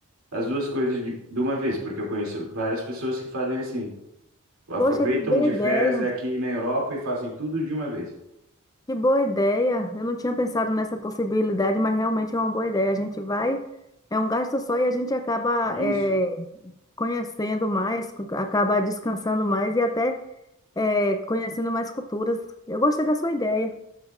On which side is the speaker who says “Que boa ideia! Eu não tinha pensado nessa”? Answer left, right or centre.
Left